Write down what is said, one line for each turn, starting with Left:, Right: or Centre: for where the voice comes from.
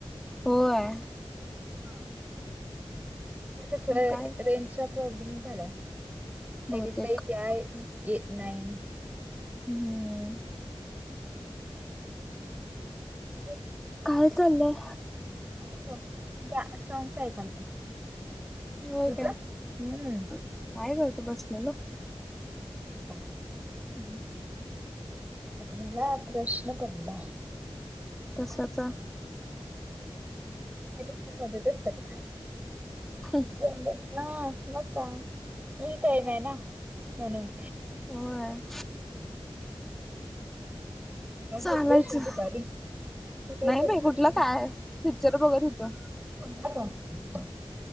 Centre: होय
Right: हा इथे कस रेंजचा
Centre: काय
Right: प्रॉब्लेम झालाय
Centre: बहुतेक
Right: एकेकदा इथे आहे येत नाही
Centre: हम्म
Right: <unintelligible> <inaudible>
Centre: काय चाललंय?
Right: काय नाही बघ गाणं सॉंगच ऐकालते
Centre: होय
Right: तुझं
Centre: काय?
Right: हम्म नाही
Centre: काय करतो बसलेलो
Right: <unintelligible> हम ह मला प्रश्न पडलाय
Centre: तसच
Right: <unintelligible> <unintelligible> पडत असतात
Centre: हम
Right: <unintelligible> हा मग काय फ्री टाईम आहे ना म्हणून
Centre: होय
Right: <unintelligible>
Centre: चालायचं
Right: झोपली असशील दुपारी <unintelligible>
Centre: नाही बाई कुठलं काय पिक्चर बघत होतो